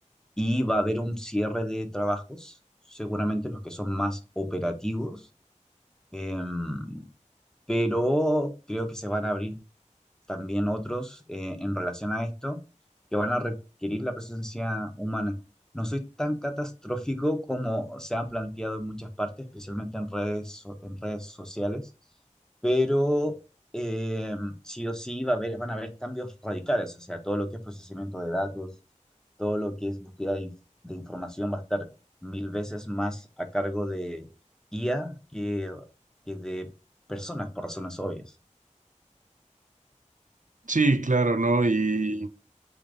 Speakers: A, in the centre; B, on the right.
A: y va a haber un cierre de trabajos, seguramente los que son más operativos, em, pero creo que se van a abrir también otros eh, en relación a esto que van a requerir la presencia humana. No soy tan catastrófico como se han planteado en muchas partes, especialmente en redes, so- en redes sociales, pero eh, sí o sí va a haber, van a haber cambios radicales, o sea, todo lo que es procesamiento de datos, todo lo que es búsqueda de, inf- de información va a estar mil veces más a cargo de IA que, que de personas, por razones obvias.
B: Sí, claro, ¿no? Y